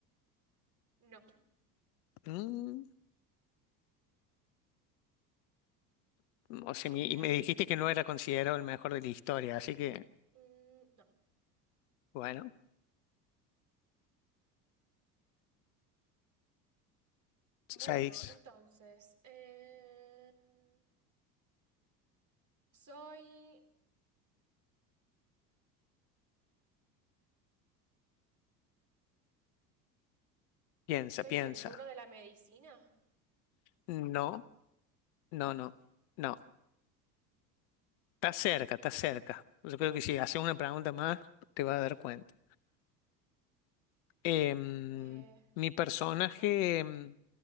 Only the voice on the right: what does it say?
No.
Em,
mm, no.
Bueno, entonces, eh, soy,
¿estoy
en el rubro de la medicina?
No.
Eh,
bueno, vas vos.